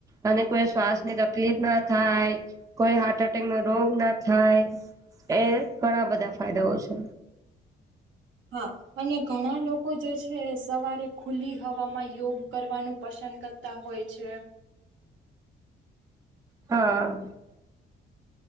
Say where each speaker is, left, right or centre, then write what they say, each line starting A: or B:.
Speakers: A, on the right; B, on the right.
A: અને કોઈ શ્વાસની તકલીફ ના થાય. કોઈ હાર્ટ એટેક નો રોગ ના થાય એ ઘણા બધા ફાયદાઓ છે.
B: હા. અને ઘણા લોકો જે છે સવારે ખુલ્લી હવામાં યોગ કરવાનું પસંદ કરતા તા હોય છે.
A: હા.